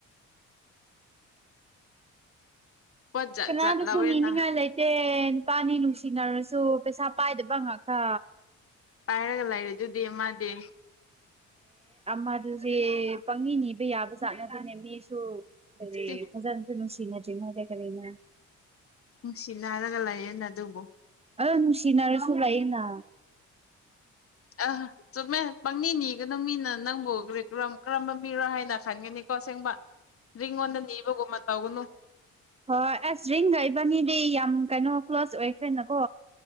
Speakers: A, on the left; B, on the right.
A: ꯄꯣꯠ ꯖꯠ
B: ꯀꯅꯥꯗꯁꯨ
A: ꯖꯠ ꯂꯧꯋꯦꯅ
B: ꯏꯅꯤꯡ ꯉ ꯂꯩꯥꯏꯇ ꯑꯦ ꯅꯨꯄꯥꯅꯤ ꯅꯨꯡꯁꯤꯅꯔꯁꯨ ꯄꯩꯁꯥ ꯄꯥꯏꯗꯕ ꯑꯪꯉꯛꯀ
A: ꯄꯥꯏꯔꯒ ꯂꯩꯔꯦ ꯑꯗꯨꯗꯤ ꯃꯥꯗꯦ
B: ꯑꯦꯗꯨꯁ ꯄꯪꯅꯤ ꯅꯤꯕ ꯌꯥꯕ ꯆꯥꯠꯅꯗꯅꯦ ꯃꯤꯁꯨ ꯀꯦ
A: ꯁꯤ
B: ꯐꯖꯥꯅꯁꯨ ꯅꯨꯡꯁꯤꯅꯗ꯭ꯔꯤꯅꯗ ꯀꯅ
A: ꯅꯨꯡꯁꯤꯠ ꯅꯥꯔꯒ ꯂꯩꯌꯦꯅ ꯑꯗꯨꯕꯨ
B: ꯑꯥ ꯅꯨꯡꯁꯤꯅꯔꯁꯨꯂꯥꯏꯑ‌ꯦꯅꯥ
A: ꯑꯥ ꯆꯨꯝꯃꯦ ꯄꯪꯅꯤꯅꯤꯒꯅꯣ ꯃꯤꯅ ꯅꯪꯕꯨ ꯀꯔꯝꯕ ꯃꯤꯔꯣ ꯍꯥꯏꯅ ꯈꯟꯒꯅꯤ ꯀꯣ ꯑꯁꯦꯡꯕ ꯔꯤꯉꯣꯟꯗ ꯅꯤꯕꯒꯨꯝꯕ ꯇꯧꯒꯅꯨ
B: ꯍꯣꯏꯣꯏ ꯑꯁ ꯔꯤꯡꯒꯩꯕꯅꯤꯗꯤ ꯌꯥꯝ ꯀꯩꯅꯣ ꯀ꯭ꯂꯣꯁ ꯑꯣꯏꯈ꯭ꯔꯦꯅꯀꯣ